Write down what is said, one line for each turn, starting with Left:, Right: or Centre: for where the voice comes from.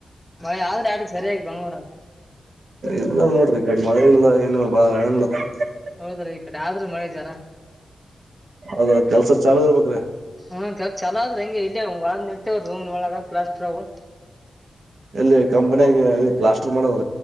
Centre: ಮಯ್ ಆದ್ರೆ ಆಟ ಸರಿಯಾಗಿ ಬಂಗ್ಳೂರ.
Right: ಇಲ್ಲ ನೋಡ್ರಿ ಈ ಕಡ್ ಮಳೆ ಇಲ್ಲ ಏನು ಬಾಳ <unintelligible>
Centre: ಹೌದ್ರಿ ಈ ಕಡೆ ಆದ್ರೂ ಮಳೆ ಜರ.
Right: ಹೌದ ಕೆಲ್ಸ ಚಾಲೂ ಇರ್ಬೇಕ್ರಿ
Centre: ಹ್ಮ ಕಲ್ ಚಲೋ ಅದ್ರ್ ಹಂಗೆ ಒಳಗ್ ನಿಂತಾವ್ ರೂಮ್ ನೊಳಗ ಪ್ಲಾಸ್ಟರ್ ಅವು.
Right: ಇಲ್ಲಿ ಕಂಪನಿಯಾಗ ಪ್ಲಾಸ್ಟರ್ ಮಾಡದ